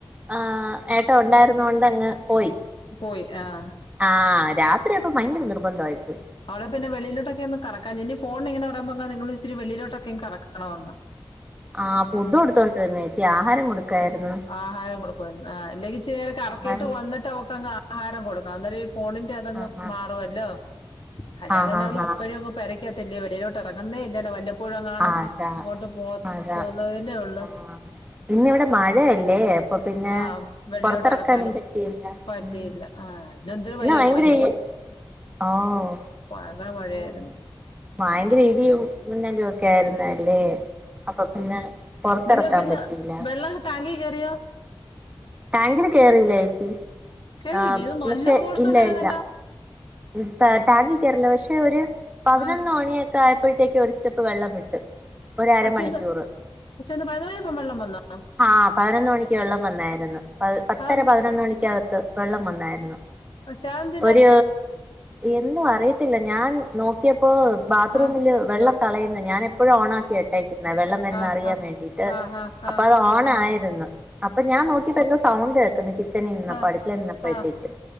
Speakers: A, on the right; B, on the left.
A: ആഹ് ഏട്ട ഉണ്ടായിരുന്നോണ്ടങ്ങ് പോയി.
B: പോയി ആഹ്.
A: ആഹ്, രാത്രി ഒക്കെ ഭയങ്കര നിർബന്ധോയിപ്പോയി
B: അവള്പിന്നെ വെളിയിലോട്ടൊക്കെ ഒന്ന് കറക്കാചെ ഞ്ഞി ഫോൺന് ങ്ങനെ പറയുമ്പോ നിങ്ങള്ച്ചിരി വെളിയിലൊട്ടൊക്കെ കറക്കണോന്ന്.
A: ആഹ്, ഫുഡൊട്ത്തോണ്ടിര്ന്നാ ഏച്ചീ, ആഹാരം കൊട്ക്കായ്ര്ന്ന്.
B: ആഹാരം കൊട്ക്കുവായിരുന്നു. ആഹ് അല്ലെങ്കിച്ചിര്യേരം കറക്കിയിട്ട്
A: ആഹാരം കൊടുക്കായിരുന്നു
B: വന്നിട്ട് അവക്കങ്ങ് ആ ആഹാരം കൊടുക്കണന്നേരം ഈ ഫോണിന്റെ അതങ്ങ്
A: ആഹ്
B: മാറുവല്ലോ. അല്ലാതെ
A: ആഹ്
B: തന്നെ
A: ആഹ്
B: അവള്
A: ആഹ്
B: എപ്പഴു
A: ആഹ്
B: അങ്ങ് പെര ക്ക്യത്തല്ലേ വെളിയിലോട്ടെറങ്ങുന്നേല്ലല്ലോ വല്ലപ്പോഴും കാണും
A: അതാ
B: ഇങ്ങോട്ട് പോ
A: അതാ
B: പോകുന്നതല്ലേ ഉള്ളു.
A: ആഹ് ഇന്നിവിടെ മഴയല്ലേ. അപ്പൊ പിന്നെ
B: ആ വെളിയിലോട്ട്
A: പൊറത്തെറക്കാനും
B: ഇറക്കാനും
A: പറ്റിയില്ല.
B: പറ്റിയില്ല
A: ഉം
B: ആ ഇന്നെന്തൊരു വൈ
A: ന്നാ ഭയങ്കര
B: വൈകിട്ട്
A: <unintelligible> ആഹ് ഓ
B: ഭയങ്കര മഴയാര്ന്ന്.
A: ഇന്ന് ഭയങ്കര ഇടിയും മിന്നലുഒക്കെ ആയിരുന്നല്ലേ. അപ്പൊ പിന്നെ പൊറത്തിറക്കാൻ
B: നിങ്ങൾക്കിന്ന്
A: പറ്റിയില്ല
B: വെള്ളം ടാങ്കി കേറിയോ?
A: ടാങ്കില് കേറിയില്ല ഏച്ചീ.
B: കേറിയില്ലേ
A: ആഹ്
B: ഇത് നല്ല
A: പഷെ
B: ഫോഴ്സ്
A: ഇല്ല,
B: ഉണ്ടായിരുന്നല്ലോ
A: ഇല്ല. ഉം. ടാ ടാങ്കി കേറില്ല പഷെ ഒര് പതിനൊന്ന്
B: ആ
A: മണിയൊക്കെ ആയപ്പോഴത്തേയ്ക്ക് ഒരു സ്റ്റെപ്പ് വെള്ളം വിട്ട്. ഒരു അരമണിക്കൂറ്
B: പച്ചന്ന് പച്ചെന്ന് പതിനൊന്നണിയായപ്പം വെള്ളം വന്നോ?
A: ആഹ് പതിനൊന്ന് മണിയ്ക്ക് വെള്ളം വന്നാര്ന്നു. പ പത്തര
B: ആ
A: പതിനൊന്നണിക്കകത്ത് വെള്ളം വന്നാര്ന്നു.
B: <unintelligible>
A: ഒര് എന്തോ അറിയത്തില്ല ഞാൻ നോക്കിയപ്പോ ബാത്റൂമില്
B: ആ
A: വെള്ളം കളയുന്ന ഞാന യപ്പോഴും ഓണാക്കിയ ഇട്ടേക്കുന്നെ വെള്ളം വരുന്നെ
B: ആ
A: അറിയാൻ
B: ആ
A: വേണ്ടിയിട്ട്
B: ആ ആ ആ ആ
A: അപ്പത് ഓണായിരുന്നു അപ്പൊ ഞാൻ നോക്കി പ്പ എന്താ സൗണ്ട് കേക്കുന്നു കിച്ചണി നിന്നപ്പോ
B: ആ
A: അടുക്കളെ നിന്നപ്പോഴത്തേക്കും
B: ആ